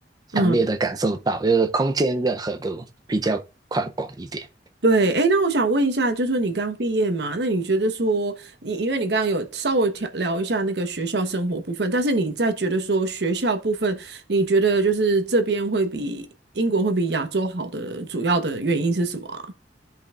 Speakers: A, on the right; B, on the right.
A: 强烈的感受到，
B: 嗯。
A: 就是空间任何都比较宽广一点。
B: 对，哎，那我想问一下，就是你刚毕业嘛，那你觉得说，你因为你刚刚有稍微调聊一下那个学校生活部分，但是你在觉得说学校部分，你觉得就是这边会比英国会比亚洲好的主要的原因是什么啊？